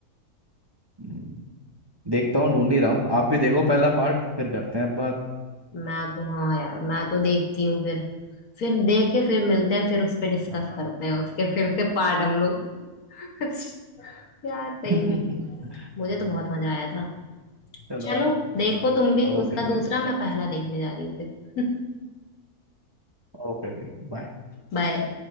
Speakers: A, on the right (about 20°); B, on the left (about 70°).
A: हम्म, देखता हूँ ढूंढ ही रहा हूँ आप भी देखो पहला पार्ट फिर करते हैं बात
B: मैं तो हाँ यार मैं तो देखती हूँ फिर फिर देख के फिर मिलते हैं फिर उस पे डिस्कस
A: हाँ।
B: करते हैं उसके फिर से पार्ट हम लोग <laughs> यार सही
A: <laughs>
B: में मुझे तो बहुत मजा आया था
A: चलो
B: चलो देखो तुम भी
A: ओके
B: उसका
A: जी
B: दूसरा मैं पहला देखने जा रही हूँ फिर <laughs>
A: ओके जी बाय
B: बाय